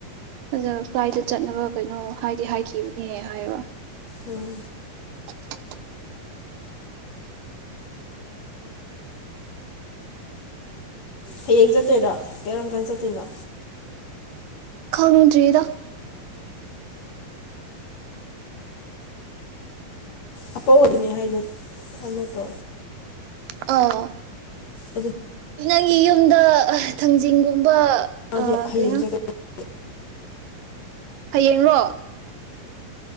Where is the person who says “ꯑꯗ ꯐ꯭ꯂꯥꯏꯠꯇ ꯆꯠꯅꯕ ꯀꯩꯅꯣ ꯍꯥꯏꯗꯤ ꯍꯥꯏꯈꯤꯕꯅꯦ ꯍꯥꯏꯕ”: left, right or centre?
Right